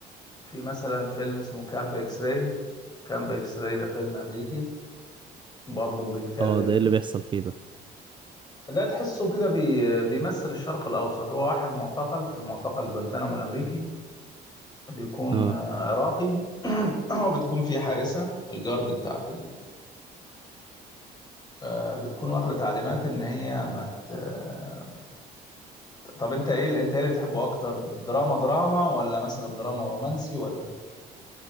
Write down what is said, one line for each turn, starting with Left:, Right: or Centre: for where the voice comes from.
Left: في مثلا فيلم اسمه كامب اكس راي كامب اكس راي ده فيلم امريكي برضو بيتكلم
Right: اه ده ايه اللي بيحصل فيه ده
Left: ده تحسه كده بي... بيمثل الشرق الاوسط هو واحد معتقل في معتقل جوانتانامو الامريكي بيكون
Right: اه
Left: آه، عراقي <clears throat> وبتكون في حارسة الجارد بتاعت ال... آه، بتكون واخدة تعليمات ان هي ما ت... آه، طب انت ايه اللي انت ايه اللي بتحبه اكتر دراما دراما ولا مثلا دراما ورومانسي ولا